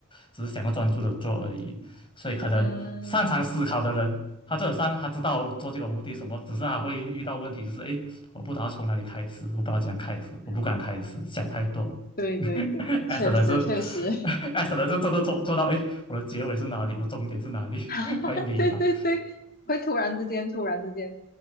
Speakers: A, on the left; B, on the left.
A: 只是想要专注的做而已。所以可能擅长思考的人，
B: 嗯
A: 他就本上他知道做这个目的什么，只是他会遇到问题，就是诶，我不知道从哪里开始，我不知道怎样开始，我不敢开始，
B: 嗯对对对，
A: 想太多。<laughs> S
B: 确实确实，
A: 的就就 <laughs> S 的人就做做做做到，诶，我的结尾是哪里？我终点是哪里？
B: <laughs>
A: <laughs> 欢会迷茫。
B: 对对对，会突然之间，突然之间，